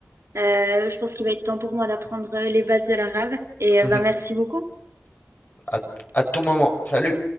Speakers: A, on the right (about 70°); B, on the left (about 45°).
A: Euh, je pense qu'il va être temps pour moi d'apprendre euh, les bases de l'arabe. Et
B: Mhm.
A: euh, ben merci beaucoup.
B: À, à tout moment. Salut.